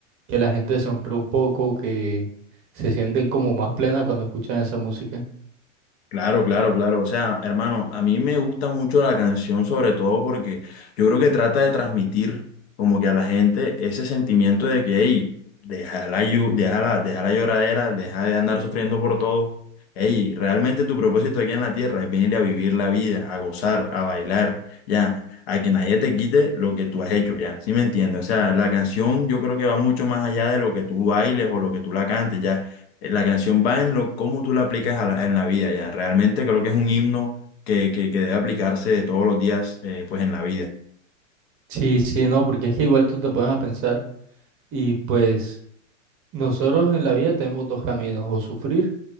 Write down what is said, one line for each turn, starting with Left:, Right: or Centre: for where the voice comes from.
Right: que la gente sonríe un poco, que se sienten como más plena cuando escuchan esa música.
Left: Claro, claro, claro. O sea, hermano, a mí me gusta mucho la canción, sobre todo porque yo creo que trata de transmitir como que a la gente ese sentimiento de que, hey, deja la, llu- deja la, deja la lloradera, deja de andar sufriendo por todo. Hey, realmente tu propósito aquí en la tierra es venir a vivir la vida, a gozar, a bailar, ya, a que nadie te quite lo que tú has hecho, ya. ¿Sí me entiendes? O sea, la canción yo creo que va mucho más allá de lo que tú bailes o lo que tú la cantes, ya eh, La canción va en lo cómo tú la aplicas a la- en la vida ya. Realmente creo que es un himno que, que, que debe aplicarse todos los días eh, pues en la vida.
Right: Sí, sí, no, porque es que igual tú te pones a pensar y pues nosotros en la vida tenemos dos caminos, o sufrir